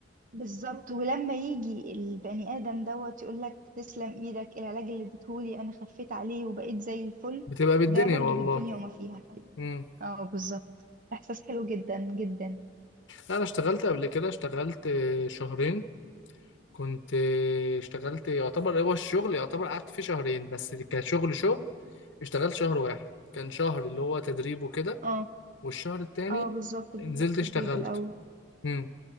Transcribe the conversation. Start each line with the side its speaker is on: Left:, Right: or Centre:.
Right: بالظبط ولما يجي البني آدم دوت يقول لك تسلم ايدك العلاج اللي اديتهولي انا خفيت عليه وبقيت زي الفل
Left: بتبقى بالدنيا
Right: ده برضو
Left: والله
Right: بالدنيا وما فيها حقيقي
Left: امم
Right: اه بالظبط احساس حلو جدا جدا
Left: لا انا اشتغلت قبل كده اشتغلت شهرين كنت اشتغلت يعتبر هو الشغل يعتبر قعدت فيه شهرين بس كشغل شغل اشتغلت شهر واحد كان شهر اللي هو تدريب وكده
Right: اه
Left: والشهر التاني
Right: اه بالظبط بيبقى
Left: نزلت
Right: تدريب
Left: اشتغلت
Right: الاول
Left: امم